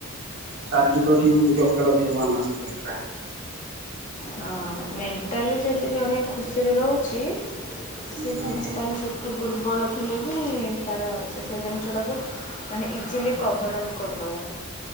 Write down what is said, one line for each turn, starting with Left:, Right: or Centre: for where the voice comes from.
Right: ଶାରୀରିକ ଠୁ ଦରକାର ଅଧିକ ମାନସିକତା।
Left: ହଁ ମେଣ୍ଟାଲି ଯଦି ଜଣେ ଖୁସିରେ ରହୁଛି ସି
Right: ହଁ।
Left: ଫିଜିକାଲି ଏତେ ଦୁର୍ବଳ ଥିଲେ ବି ତାର ସେ ସେ ଜିନିଷଟାକୁ ମାନେ ଇଜିଲି କଭର ଅଫ୍ କରିଦବ।